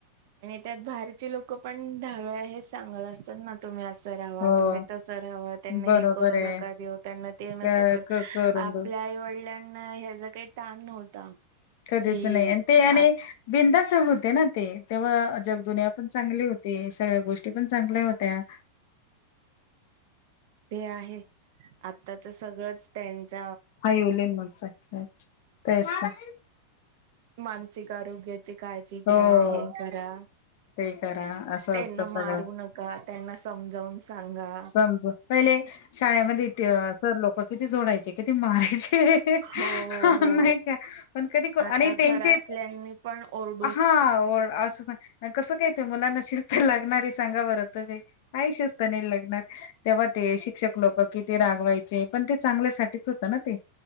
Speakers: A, on the right; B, on the left.
A: नाहीतर बाहेरची लोक पण दहा वेळा हेच सांगत असतात ना तुम्ही असं ऱ्हावा
B: हो
A: तुम्ही. तसं राहावा. त्यांना
B: बरोबर
A: हे करू
B: आहे
A: नका देऊ त्यांना ते
B: क
A: नका कर
B: क करून
A: आपल्या
B: ब
A: आई वडिलांना ह्याचा. काई तान नव्हता.
B: कधीच
A: कि
B: नाही आणि ते आणि
A: आ
B: बिंदास होते ना ते तेव्हा जगदुनिया पन चांगली होती. ते सगळ्या गोष्टी पण चांगल्या होत्या.
A: ते आहे आत्ताचं सगळंच त्यांच.
B: आयओलिन <inaudible> तेच त
A: मानसिक आरोग्याची काळजी घ्या
B: हो
A: हे करा.
B: ते करा असं
A: त्यांना
B: असत
A: मारू
B: सगळं
A: नका त्यांना समजावून सांगा
B: समजू. पहिले शाळेमध्ये ती सर लोक किती झोडायचे किती मारायचे एहेहेहह.
A: हो
B: हहं
A: हो
B: नाही का पण कधी को
A: आता
B: आणि त्यांचे.
A: घरातल्यांनी पण ओर''--''
B: हा ओर अस नको. कसं काय ते मुलांना शिस्त लागणारी सांगा बरं तुमी काही शिस्त नाही लागणार. तेव्हा ते शिक्षक लोक किती रागवायचे पण ते चांगल्यासाठीच होतं ना ते.